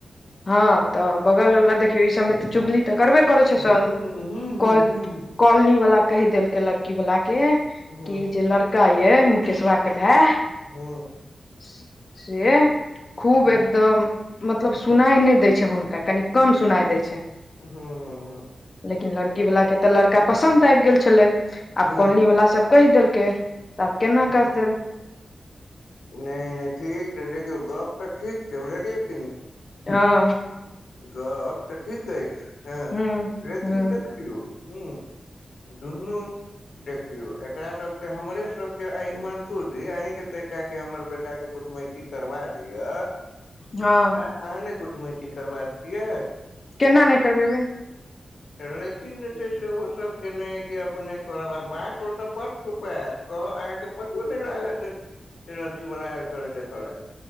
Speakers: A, on the left; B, on the left.
A: ह तऽ बगलवाला देखियौ ई सभमे तऽ चुगली तऽ करबे करे छै सभ
B: हू हू हू
A: कल
B: हू हू
A: कॉलनी वाला कहि देलकै लड़की वाला के
B: हू
A: कि ई जे लड़का ये मुकेश बा के भाय
B: हू
A: से खूब
B: हू
A: एकदम मतलब। सुनाई नय दै छै हुनका कनि कम सुनाई देय छै
B: हू हू ह
A: लेकिन लड़की वला के तऽ लड़का पसंन्द आबि गेल छलै
B: हू
A: आब कॉलोनी वाला सब कहि देलकै तऽ आब केना करते
B: नय नय ठीक देखियौ गप तऽ ठीक बभुजालिये कि नय
A: हँ
B: गप तऽ ठीक अछि ह
A: हूँ
B: लेकिन
A: हूँ
B: देखि यौ ह दुनू देखियौ एकरा सबके हमरे सबके एहिमान स जी अहीं के कटा के हमर बेटा के कुछ मटी करबा दिअ
A: हँ
B: तऽ अहाँने कुटुमटी करबा देतियै
A: केना नय करबेबै
B: लेकिन जे छै से ओ सब केने कि अपने करब आ बात ओ सब बड़ छुपत कह अहाँके पतो नय लाग देत लड़की बला आयल देखऽ ल